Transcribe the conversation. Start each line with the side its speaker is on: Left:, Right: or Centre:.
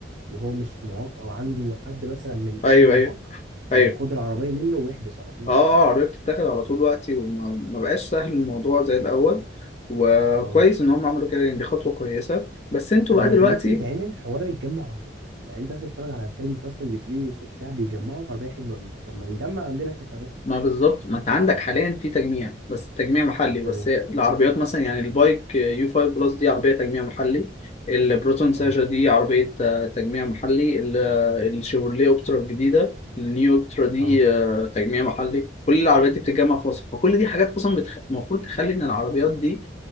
Right: وهو مش معاق او عنده حد مثلا من
Left: أيوه
Right: اهله معاق
Left: أيوه أيوه
Right: آه، خد العربيه منه واحبس على طول
Left: اه قررت تتاخد على طول وقتي وما ما بقاش سهل الموضوع زي الاول وكويس
Right: اه
Left: ان هم عملوا كده يعني دي خطوه كويسه بس انتوا
Right: انا
Left: بقى
Right: اللي
Left: دلوقتي
Right: كان نفسي يتعمل حوار يتجمع عربيه يعني انت مثلا تتفرج على فيلم فاست اند فيوريوس وبتاع بيجمعوا العربيه حلوه قوي طب ما نجمع عندنا احنا كمان
Left: ما بالظبط ما انت عندك حاليا في تجميع بس تجميع محلي بس
Right: تمام
Left: هي العربيات مثلا يعني البايك يو 5 بلس دي عربيه تجميع محلي البروتون ساجا
Right: اه
Left: دي عربيه آه، تجميع محلي ال- آه، الشيفروليه اوبترا الجديده النيو اوبترا دي
Right: اه
Left: آه، تجميع محلي كل العربيات دي بتتجمع في مصر فكل دي حاجات اصلا بتخ- المفروض تخلي ان العربيات دي